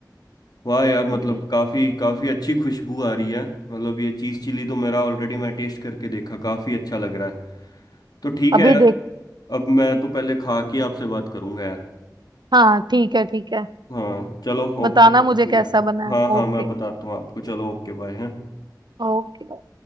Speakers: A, on the left; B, on the right.
A: वाह यार मतलब
B: ठीक है
A: काफ़ी काफ़ी अच्छी खुशबू आ रही है मतलब ये चीज़ चिली तो मेरा ऑलरेडी मैं टेस्ट करके देखा काफ़ी अच्छा लग रहा है तो ठीक
B: अभी
A: है यार
B: देख
A: अब मैं तो पहले खा के आपसे बात करूंगा यार
B: हाँ ठीक है ठीक है
A: हाँ चलो
B: बताना
A: ओके थैंक
B: मुझे
A: यू
B: कैसा
A: यार
B: बना है
A: हाँ हाँ
B: ओके
A: मैं बताता हूँ आपको चलो ओके बाय हैं
B: ओके